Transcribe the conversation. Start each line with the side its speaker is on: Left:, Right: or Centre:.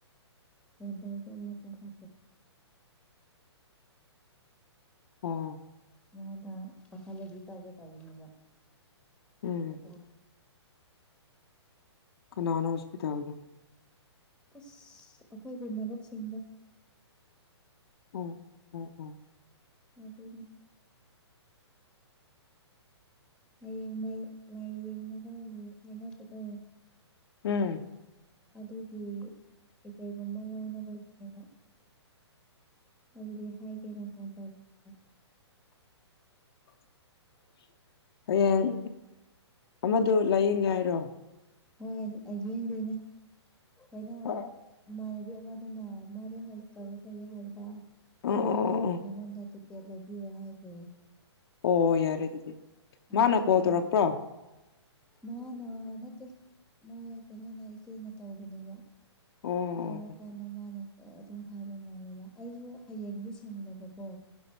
Centre: ꯄꯗ ꯆ ꯃꯄ ꯈ
Left: ꯑꯣꯝ
Centre: ꯅꯉꯣꯟꯗ ꯄꯥꯈꯥꯗꯤ ꯇꯧꯒꯦ ꯇꯧꯋꯅꯦꯕ
Left: ꯎꯝ
Centre: ꯑꯗꯨ
Left: ꯀꯟꯅꯣ ꯍꯁꯄꯤꯇꯥꯜ
Centre: ꯑꯁ ꯑꯩꯈꯣꯏꯒꯤ ꯃꯔꯨꯞꯁꯤꯡꯗ
Left: ꯑꯣ ꯑꯣ ꯑꯣ
Centre: ꯑꯗꯨ ꯍꯌꯦꯡ ꯂꯥꯏꯌꯦꯡꯅꯕꯒꯤ ꯍꯥꯏꯅꯕꯗꯣ
Left: ꯎꯝ
Centre: ꯑꯗꯨꯒꯤ ꯀꯩꯀꯩꯒꯨꯝꯕ ꯂꯧꯅꯕꯒꯤꯅꯦꯕ ꯑꯗꯨꯒꯤ ꯍꯥꯏꯒꯦꯅ ꯐꯣꯟ ꯇꯧꯕꯅꯦꯕ
Left: <unintelligible> ꯍꯌꯦꯡ ꯑꯃꯗ ꯂꯥꯏꯌꯦꯡꯒꯦ ꯍꯥꯏꯔꯣ
Centre: ꯍꯣꯏ ꯑꯩ ꯌꯦꯡꯗꯣꯏꯅꯦ ꯀꯩꯅꯣ
Left: ꯑꯣ
Centre: ꯏꯃꯥꯟꯅꯕꯤ ꯃꯗꯨꯅ ꯃꯥꯗꯤ ꯍꯁꯄꯤꯇꯥꯜꯗ ꯂꯩꯒꯦ ꯍꯥꯏꯕꯗ
Left: ꯑꯣ
Centre: ꯑꯗꯨꯒꯤ
Left: ꯑꯣ
Centre: ꯃꯉꯣꯟꯗ ꯇꯤꯀꯦꯠ ꯂꯧꯕꯤꯔꯣ ꯍꯥꯏꯈ꯭ꯔꯦ
Left: ꯑꯣ ꯌꯥꯔꯦ ꯑꯗꯨꯗꯤ
Centre: ꯑꯗꯨꯒꯤꯗ
Left: ꯃꯥꯅ ꯀꯣꯜ ꯇꯧꯔꯛꯄ꯭ꯔꯣ
Centre: ꯃꯥꯅ ꯅꯠꯇꯦ ꯃꯣꯏ ꯀꯩꯅꯣꯅ ꯏꯆꯦꯅ ꯇꯧꯕꯅꯦꯕ
Left: ꯑꯣ
Centre: ꯊꯣꯛꯧꯔꯄꯗ ꯃꯥꯅ ꯑꯗꯨꯝ ꯍꯥꯏꯕ ꯃꯥꯜꯂꯕ ꯑꯩꯁꯨ ꯍꯌꯦꯡꯗꯤ ꯁꯁꯤꯡꯡꯂꯕꯀꯣ